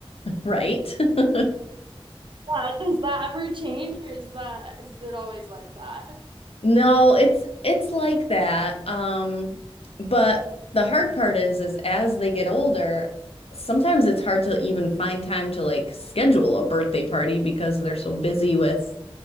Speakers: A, on the left (about 75°); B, on the right (about 55°).
A: Right. <laughs>
B: Yeah, does that ever change, or is that is it always like that?
A: No, it's it's like that. Um, but the hard part is is as they get older, sometimes it's hard to even find time to like schedule a birthday party because they're so busy with